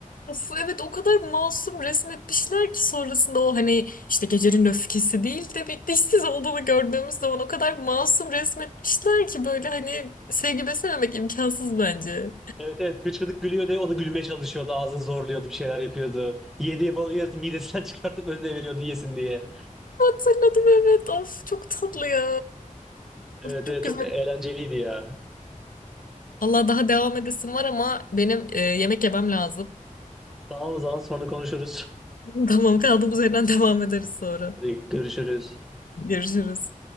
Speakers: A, on the left; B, in the centre.
A: Of, evet o kadar masum resmetmişler ki sonrasında o hani işte gecenin öfkesi değil de bir dişsiz olduğunu gördüğümüz zaman o kadar masum resmetmişler ki böyle hani sevgi beslememek imkansız bence.
B: Evet evet hıçkıdık gülüyordu ya, onu gülmeye çalışıyordu ağzını zorluyordu bir şeyler yapıyordu. Yediği balığı yarısı midesinden <laughs> çıkartıp önüne veriyordu yesin diye.
A: Hatırladım evet of çok tatlı ya.
B: Evet
A: Of, çok
B: evet
A: güzel.
B: çok eğlenceliydi ya.
A: Allah daha devam edesim var ama benim e, yemek yemem lazım.
B: Tamam o zaman sonra konuşuruz.
A: <laughs> Tamam kaldığımız yerden <laughs> devam ederiz sonra.
B: Hadi görüşürüz.
A: Görüşürüz.